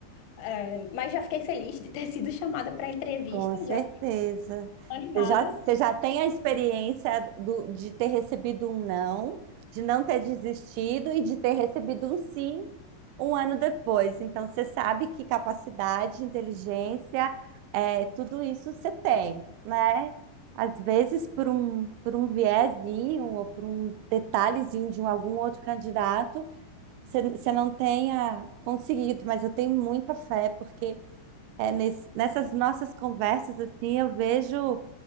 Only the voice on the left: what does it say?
É, mas já fiquei feliz de ter <laughs> sido chamada para entrevista,
já fiquei animada.